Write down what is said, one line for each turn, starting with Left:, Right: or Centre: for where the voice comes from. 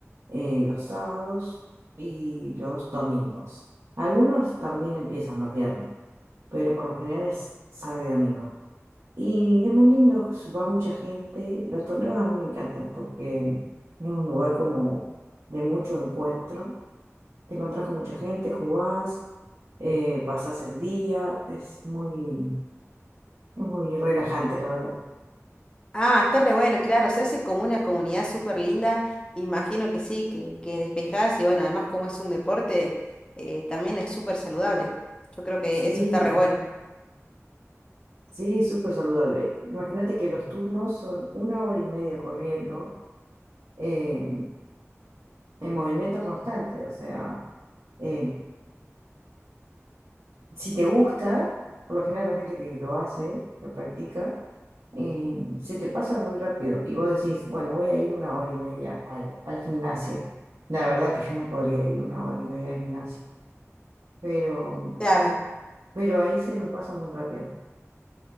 Right: eh, los sábados y los domingos. Algunos también empiezan los viernes, pero por lo general es sábado y domingo. Y es muy lindo, s- va mucha gente. Los torneos a mí me encantan porque es un lugar como de mucho encuentro te encontrás con mucha gente, jugás, eh, pasás el día, es muy, es muy relajante, la verdad.
Left: Ah, está re bueno, claro, se hace como una comunidad súper linda, imagino que sí, que, que despejás y bueno, además como es un deporte, eh, también es súper saludable. Yo creo que
Right: Sí,
Left: eso está re bueno.
Right: sí, súper saludable. Imagínate que los turnos son una hora y media corriendo eh, en movimiento constante, o sea, eh, si te gusta, por lo general la gente que lo hace, lo practica, eh, se te pasa muy rápido y vos decís, bueno, voy a ir una hora y media al, al gimnasio. La verdad que yo no podría ir una hora y media al gimnasio, pero
Left: Claro,
Right: pero ahí se me pasa muy rápido.